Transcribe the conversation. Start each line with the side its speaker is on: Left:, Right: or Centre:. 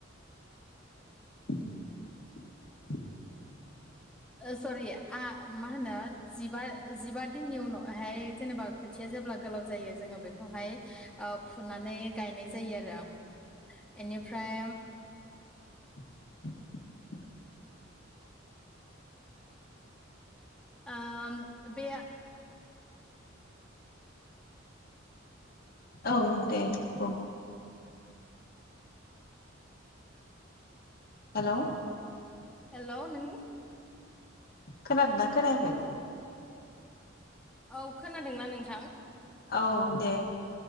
Left: <inaudible>
Centre: ओ सरि आ मा होनो जिबा जिबा दिननि उनावहाय जेनेबा खोथिया जेब्ला गोलाव जायो जोङो बेखौहाय ओ फुनानै गायनाय जायो आरो इनिफ्राय
Left: <inaudible>
Centre: ओ बे
Left: औ दे बुं हेलौ
Centre: हेल' नों।
Left: खोनादो ना खोनायाखोय?
Centre: औ खोनादोंना नोंथां
Left: औ दे